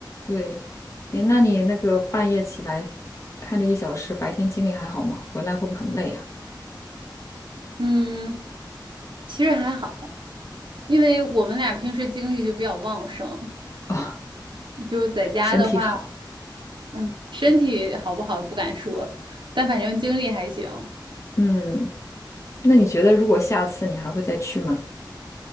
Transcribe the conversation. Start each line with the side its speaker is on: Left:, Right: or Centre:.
Left: 对，诶，那你那个半夜起来看这一小时，白天精力还好吗？回来会不会很累啊？
Right: 嗯，其实还好，因为我们俩平时精力就比较旺盛，
Left: <laughs> 哦，
Right: 就是在家的话，
Left: 身体好，
Right: 嗯，身体好不好不敢说，但反正精力还行。
Left: 嗯。那你觉得如果下次你还会再去吗？